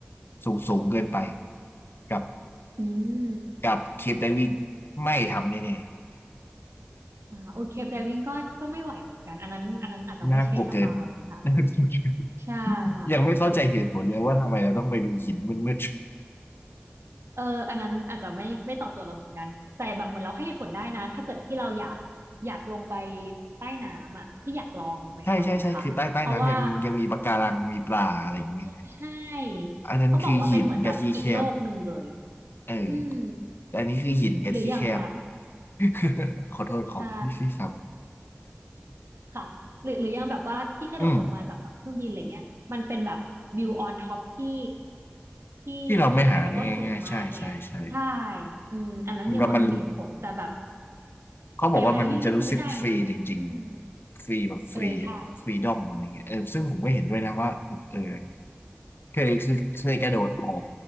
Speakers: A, on the left; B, on the right.
A: สูงสูงเกินไปกับ
B: อืม
A: กับเคปไดวิ่งไม่ทำแน่
B: อ่าโอเคไดวิ่งก็ก็ไม่ไหวเหมือนกันอันนั้นอันนั้นอาจจะไม่ใช่สไตล์เลยค่ะ
A: ๆน่ากลัวเกิน <laughs> น่ากลัวเกิน
B: ใช่ค่ะ
A: ยังไม่เข้าใจเหตุผลเลยว่าทำไมเราต้องไปดูหินมืด
B: เอออันนั้นอาจจะไม่ไม่ตอบโจทย์เราเหมือนกันแต่แบบเหมือนเราให้เหตุผลได้นะถ้าเกิดที่เราอยากอยากลงไปใต้น้ำอ่ะที่อยากลองไปทำนะคะเพราะว่า
A: ๆใช่ใช่ใช่คือใต้ใต้น้ำยังยังมีปะการังมีปลาอะไรอย่างเงี้ย
B: เออใช่
A: อันนั้นคือหินกับที่แคบ
B: เขาบอกว่าเป็นเหมือนแบบอีกโลกหนึ่งเลย
A: เออ
B: อืม
A: แต่อันนี้คือหินกับที่แคบ
B: หรืออย่างแบบ
A: <laughs> ขอโทษขอที่ที่ครับ
B: ใช่ค่ะหรือหรืออย่างแบบว่าที่กระโดดลงมาจากแบบเครื่องบินอะไรเงี้ยมันเป็นแบบวิวออนท็อปที่
A: อืม
B: ที่สวยแล้วก็สูงมากเงี้ยใช่
A: ที่เราไม่หาได้ง่ายๆใช่ใช่ใช่
B: อืมอันนั้นยังดูมีเหตุผลแต่แบบ
A: แล้วมันเขาบอกว่ามันจะรู้สึกฟรีจริงๆฟรีแบบฟรีอะฟรีดอมอะไรเงี้ยเออซึ่งผมก็เห็นด้วยนะว่าเออ
B: เกียรไดวิ่งนี่คือไม่ได้จริงๆอืมเออใช่
A: เคยคือเคยกระโดดหอ